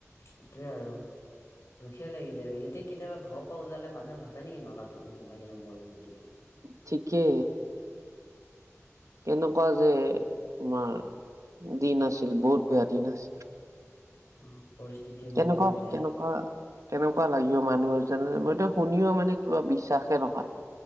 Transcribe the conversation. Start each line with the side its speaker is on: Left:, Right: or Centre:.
Left: সেইটোৱে আৰু। দুখে লাগি যায়। সিহঁতে কেতিয়াবা ঘৰৰ পৰা ওলালে, মানুহে ভাবে নেকি নলাত - টো সোমাই কিনে মৰিম বুলি কিনে।
Right: ঠিকে। কেনেকুৱা যে, তোমাৰ দিন আছিল বহুত বেয়া দিন আছিল।
Left: অ পৰিস্থিতিবোৰ
Right: কেনেকুৱা
Left: ইমান বেয়া
Right: কেনেকুৱা - কেনেকুৱা লাগিব মানুহৰ, যেনে, মইটো শুনিও মানে - কিবা বিশ্বাসে নহয়।